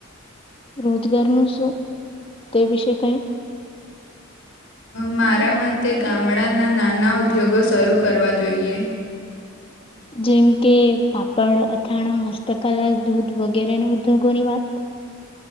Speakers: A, on the left; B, on the left.
A: રોજગારનું શું તે વિશે કઈ
B: મારા મતે ગામડાના નાના ઉદ્યોગો શરૂ કરવા જોઈએ
A: જેમ કે પાપડ અથાણા હસ્તકલા દૂધ વગેરે ના ઉદ્યોગોની વાત